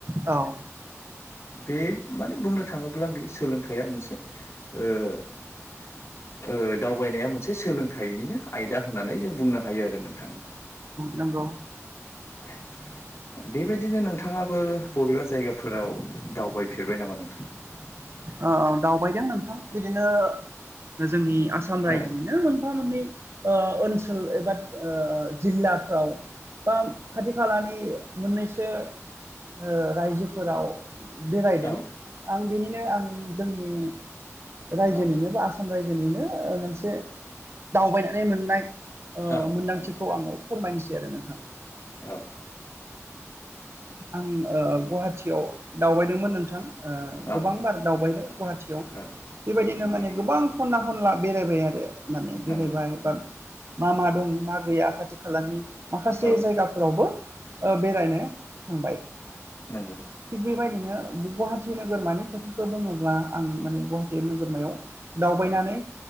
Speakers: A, on the right (about 50°); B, on the left (about 55°).
A: औ
B: बे माने बुंनो थाङोब्ला बे सोलोंथाइया मोनसे ओ <inaudible> ओ दावबायनाया मोनसे सोलोंथाइनिनो आयदा होननानै जों बुंनो हायो आरो नोंथाङा
A: नोंगौ
B: <inaudible> बेबायदिनो नोंथाङाबो बबेबा जायगाफोराव दावबायफेरबाय नामा नोंथां? <inaudible>
A: ओ दावबायदों नोंथां बिदिनो जोंनि आसाम रायजोनिनो
B: औ
A: मोनफा मोननै ओ ओनसोल एबा ओ जिल्लाफ्राव बा खाथि खालानि मोननैसो ओ रायजोफोराव बेरायदों
B: औ
A: आं बिनिनो आं जोंनि रायजोनिनो
B: औ
A: बा आसाम रायजोनिनो मोनसे दावबायनानै मोननाय ओ
B: औ
A: मोनदांथिखौ
B: नोंथां
A: आङो फोरमायनोसै सै आरो नोंथां
B: औ
A: आं ओ गुवाहाटीयाव दावबायदोंमोन नोंथां ओ
B: औ
A: गोबां बार दावबायबाय गुवाहाटियाव
B: औ
A: बेबायदिनो
B: नंगौ
A: माने गोबां ख'ना ख'नला बेरायबाय आरो माने बेरायबाय
B: नंगौ
A: बा मा मा दं मा गैया खाथि खालानि माखासे
B: औ औ
A: जायगाफोरावबो ओ बेरायनो थांबाय
B: नंगौ
A: थिग बेबायदिनो गुवाहाटि नोगोरमानि खोथाखौ बुङोब्ला आं माने गुवाहाटि नोगोरमायाव दावबायनानै